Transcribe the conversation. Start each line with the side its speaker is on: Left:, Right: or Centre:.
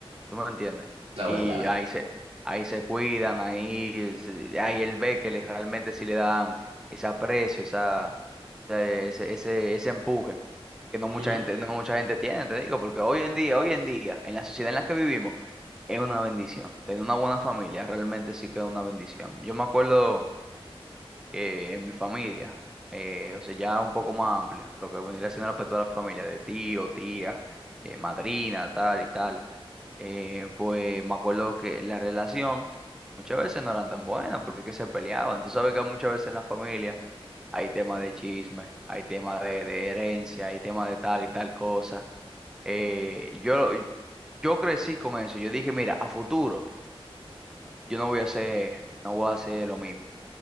Centre: ¿Tú me entiendes?
Right: La
Centre: Y
Right: verdad.
Centre: ahí se, ahí se cuidan, ahí, se- ahí él ve que le- realmente sí le dan ese aprecio, esa, ese, ese, ese ese empuje que no mucha
Right: Ujú.
Centre: gente, no mucha gente tiene, te digo, porque hoy en día, hoy en día, en la sociedad en la que vivimos, es una bendición. Tener una buena familia realmente sí que es una bendición. Yo me acuerdo eh, en mi familia, eh, o sea, ya un poco más amplio, lo que vendría siendo respecto a la familia de tío, tía, eh, madrina, tal y tal, eh, pues me acuerdo que la relación muchas veces no eran tan buenas porque que se peleaban. Tú sabes que muchas veces en la familia hay temas de chisme, hay temas de, de herencia, hay temas de tal y tal cosa. Eh, yo, yo crecí con eso, yo dije, mira, a futuro yo no voy a hacer, no voy a hacer lo mismo,